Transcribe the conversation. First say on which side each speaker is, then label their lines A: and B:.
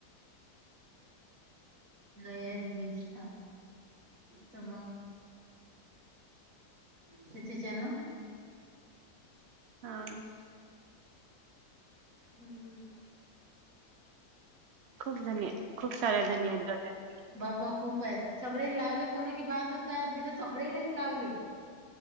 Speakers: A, on the right (about 55°); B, on the right (about 70°).
A: लेत मीच थांान. उतम त्याच्याच्या ना.
B: हा.
A: हम्म!
B: खूप जण खूप साऱ्या जण आहेत गटात
A: बापा खूप आहेत सगळे लावले फोन की बात होतात मी तर सगळेलेच लावले.